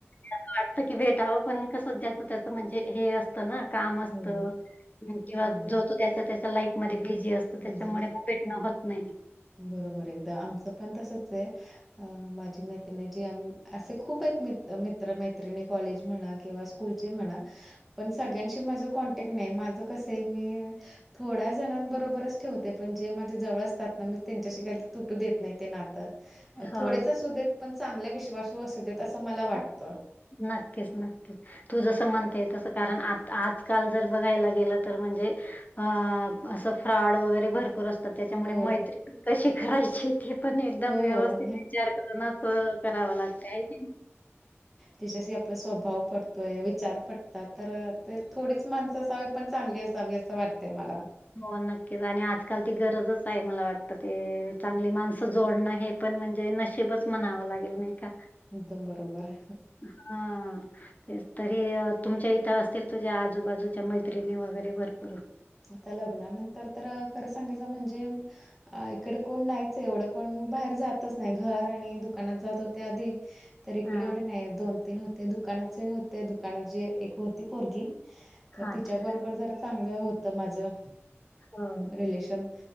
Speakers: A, on the left; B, in the centre.
A: अस वाटत की भेटावं पण कस ज्यांचं त्याच म्हणजे हे अस सत ना काम असत
B: हो.
A: किंवा
B: हो.
A: जो तो ज्याचा त्याचा लाईफ मध्ये बिझी असतो त्याच्यामुळे
B: बिझी आहे.
A: म भेटणं होत नाही.
B: बरोबर एकदा आमचं पण तसचये. अ माझी मैत्रिणी जी अम्म असे खूप आहेत मित्र मैत्रिणी कॉलेज म्हणा किंवा स्कूल ची म्हणा पण सगळ्यांशी माझ कॉनटॅक्ट नाही माझं कस आहे मी थोड्या जणांबरोबरच ठेवते पण जे माझे जवळ असतात ना म त्यांच्याशी काय ते तुटू देत नाही ते नातं
A: हो,
B: थोडेच असू देत पण चांगले विश्वासू असू देत असं मला वाटतं
A: हो. नक्कीच नक्कीच तू जस म्हणते तस कारण आत आज काल जर बघायला गेलं तर म्हणजे अ असं फ्रॉड वगैरे भरपूर अस त त्याच्यामुळे
B: हो,
A: मैत्री पण कशी करायची ते पण एकदम
B: हो.
A: व्यवस्थित विचार करूनच करावा लागतय हाय की नय
B: त्याच्याशी आपल स्वभाव पटतोय विचार पटतात तर ते थोडीच माणसं असावी पण चांगली असावी असं वाटतय मला.
A: हो नक्कीच आणि आजकाल ती गरजच आहे मला वाटतं ते चांगली माणसं जोडणं हे पण म्हणजे नशीबच म्हणावं लागेल नाही का
B: एकदम बरोबर
A: हा तेचं तरी तुमच्या इथं असतील तुझ्या आजूबाजूच्या मैत्रिणी वगैरे भरपूर
B: आता लग्नानंतर तर खरं सांगायचं म्हणजे अ इकडे कोण नाहीच एवढं कोण बाहेर जातच नाही घर आणि दुकानात जात होत ते आधी तर इकडे
A: हां.
B: एवढे नाही दोन तीन होते दु दुकानाचे होते दुकानंतर जी एक होती पोरगी तर
A: अच्छा,
B: तिच्याबरोबर जरा चांगलं होत त माझं
A: हो.
B: रिलेशन